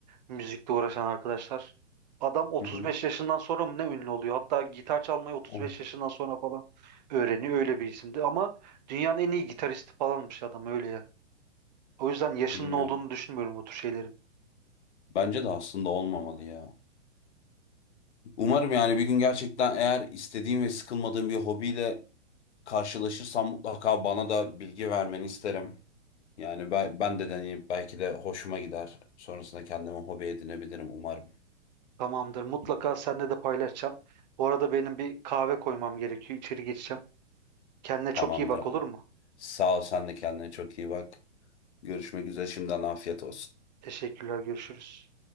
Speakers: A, on the right; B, on the left.
A: Müzikle uğraşan arkadaşlar. Adam 35
B: Hı hı.
A: yaşından sonra mı ne ünlü oluyor? Hatta gitar çalmayı 35
B: O-
A: yaşından sonra falan öğreniyor. Öyle bir isimdi. Ama dünyanın en iyi gitaristi falanmış adam öyle ya. O yüzden yaşının
B: Bilmiyorum.
A: olduğunu düşünmüyorum bu tür şeylerin.
B: Bence de aslında olmamalı ya. Umarım yani bir gün gerçekten eğer istediğim ve sıkılmadığım bir hobiyle karşılaşırsam mutlaka bana da bilgi vermeni isterim. Yani ben, ben de deneyip belki de hoşuma gider. Sonrasında kendime hobi edinebilirim umarım.
A: Tamamdır. Mutlaka seninle de paylaşacağım. Bu arada benim bir kahve koymam gerekiyor. İçeri geçeceğim. Kendine çok
B: Tamamdır
A: iyi bak
B: abi.
A: olur mu?
B: Sağ ol sen de kendine çok iyi bak. Görüşmek üzere şimdiden afiyet olsun.
A: Teşekkürler. Görüşürüz.